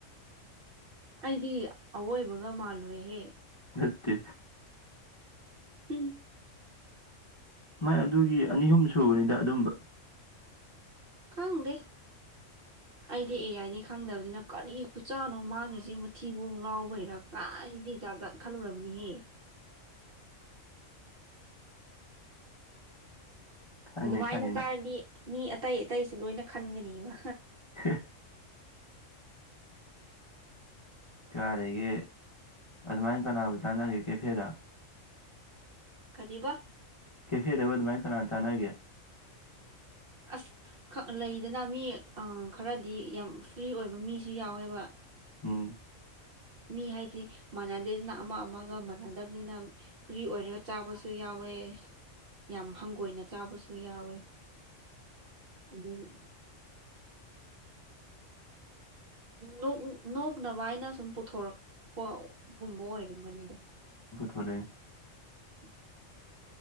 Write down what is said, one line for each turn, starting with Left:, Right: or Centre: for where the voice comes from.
Right: ꯑꯩꯗꯤ ꯑꯋꯣꯏꯕꯒ ꯃꯥꯜꯂꯨꯔꯦꯍꯦ
Left: ꯅꯠꯇꯦ
Right: ꯎꯝ
Left: ꯃꯥꯏ ꯑꯗꯨꯒꯤ ꯑꯅꯤ ꯑꯍꯨꯝ ꯁꯨꯕꯅꯤꯗ ꯑꯗꯨꯝꯕ
Right: ꯈꯪꯗꯦ ꯑꯩꯗꯤ ꯑꯦ ꯌꯥꯏꯅꯤ ꯈꯪꯗꯕꯅꯤꯅ ꯀꯔꯤ ꯈꯨꯆꯥꯅꯣ ꯃꯥꯒꯤꯖꯤ ꯃꯊꯤꯕꯣꯡ ꯉꯥꯎꯕꯩꯔ ꯀ ꯑꯩꯗꯤ ꯖꯥꯠ ꯖꯥꯠ ꯈꯜꯂꯨꯔꯕꯅꯤꯍꯦ
Left: ꯈꯟꯅꯤ
Right: ꯑꯗꯨꯃꯥꯏꯅ
Left: ꯈꯟꯅꯤ ꯅꯪ
Right: ꯆꯥꯔꯗꯤ ꯃꯤ ꯑꯇꯩ ꯑꯇꯩꯁꯨ ꯂꯣꯏꯅ ꯈꯟꯒꯅꯤꯕ
Left: ꯍꯦ ꯀꯥꯏꯗꯒꯤ ꯑꯗꯨꯃꯥꯏꯅ ꯀꯅꯥꯕꯨ ꯆꯥꯟꯅꯔꯤ ꯀꯦꯐꯦꯗ
Right: ꯀꯔꯤꯕ
Left: ꯀꯦꯐꯦꯗꯕꯨ ꯑꯗꯨꯃꯥꯏ ꯀꯅ ꯆꯥꯟꯅꯒꯦ
Right: ꯑꯁ ꯈꯛ ꯂꯩꯗꯅ ꯃꯤ ꯑ ꯈꯔꯗꯤ ꯌꯥꯝ ꯐ꯭ꯔꯤ ꯑꯣꯏꯕ ꯃꯤꯁꯨ ꯌꯥꯎꯋꯦꯕ
Left: ꯎꯝ
Right: ꯃꯤ ꯍꯥꯏꯗꯤ ꯃꯥꯟꯅꯗꯦꯗꯅ ꯑꯃ ꯑꯃꯒ ꯃꯥꯟꯅꯗꯕꯅꯤꯅ ꯐ꯭ꯔꯤ ꯑꯣꯏꯔꯒ ꯆꯥꯕꯁꯨ ꯌꯥꯎꯋꯤ ꯋꯦ ꯌꯥꯝ ꯍꯪꯒꯣꯏꯅ ꯆꯥꯕꯁꯨ ꯌꯥꯎꯋꯦ ꯑꯗꯨꯒꯤ ꯅꯣꯛ ꯅꯣꯛꯅꯕꯥꯏꯅ ꯁꯨꯝ ꯄꯨꯊꯣꯔꯛ ꯄꯒꯨꯝꯕ ꯑꯣꯏꯔꯝꯒꯅꯤꯗ
Left: ꯑꯣꯏꯗꯣꯏꯅꯤ
Right: <inaudible>